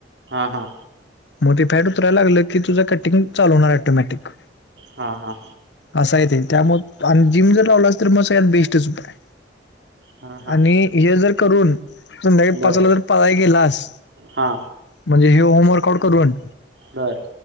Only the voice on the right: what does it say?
हा हा
हा हा
हा हा
बर
हा
बर.